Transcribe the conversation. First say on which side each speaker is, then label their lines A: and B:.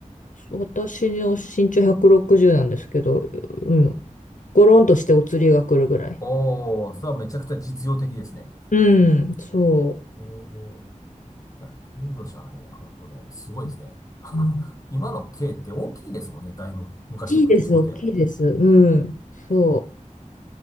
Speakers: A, on the left; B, on the left.
A: 私の身長160なんですけど、うん、ゴロンとしてお釣りが来るぐらい。
B: おー、それはめちゃくちゃ実用的ですね。
A: うん、そ
B: えー、いや、軽自動車はね、ほんとね、すごいですね。
A: う。
B: <laughs>
A: うん
B: 今の軽って大きいですもんね、だいぶ。昔と口ごて。
A: 大きいです、大きいです。うん、そ